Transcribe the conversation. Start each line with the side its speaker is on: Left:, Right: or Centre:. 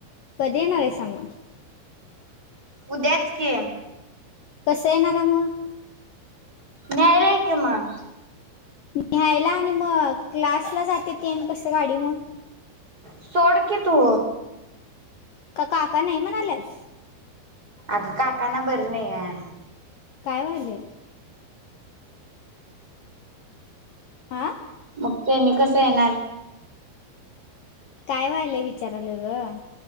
Left: कधी येणार आहेसा मग
Right: उद्याच की
Left: कसं येणारा मग
Right: न्यायला ये कि मग
Left: न्यायला आणि मग क्लासला जाते तेन कस गाडी मग
Right: सोड कि तू
Left: का काका नाही म्हणाल्यात
Right: अग काकांना बर नाही आहे
Left: काय व्हालय आ
Right: मग त्यांनी कसं येणार
Left: काय व्हालंय विचारालोय गं